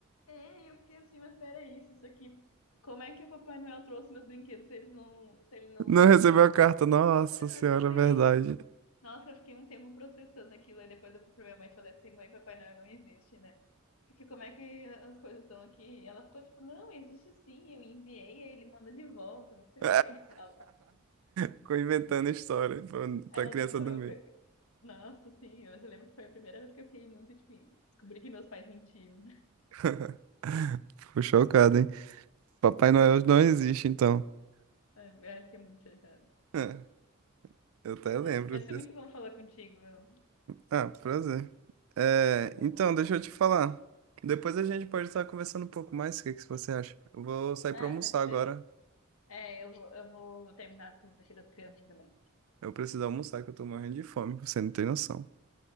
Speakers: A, on the left (about 75°); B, on the right (about 75°).
A: É, e eu fiquei assim, mas peraí, se isso aqui... Como é que o Papai Noel trouxe meus brinquedos se eles não, se ele não...
B: Não recebeu a carta. Nossa
A: Exatamente.
B: Senhora, verdade.
A: Nossa, eu fiquei um tempo processando aquilo, aí depois eu fui pra minha mãe e falei assim, mãe, Papai Noel não existe, né? Porque como é que as coisas estão aqui? E ela ficou tipo, não, existe sim, eu enviei, aí ele manda de volta, não sei
B: <laughs>
A: o quê. <laughs> Ela,
B: Ficou inventando história pra, pra
A: ela
B: criança
A: demorou
B: dormir.
A: pra... Nossa, sim, eu eu lembro que foi a primeira vez que eu fiquei muito, tipo, descobri que meus pais mentiam.
B: <laughs> Fico chocado, hein? Papai
A: Nossa,
B: Noel não existe, então. <laughs>
A: ai, ai, fiquei muito chocada.
B: É, Eu até lembro.
A: É, mas foi muito bom falar contigo. Eu
B: Ah, prazer. É,
A: eu
B: então,
A: vou...
B: deixa eu te falar. Depois a gente pode estar conversando um pouco mais. O que que você acha? Eu vou sair
A: Ah,
B: pra almoçar
A: pode
B: agora.
A: ser. É, eu vou, eu vou terminar as coisas aqui das crianças também.
B: Eu preciso almoçar, que eu tô morrendo de fome. Você não tem noção.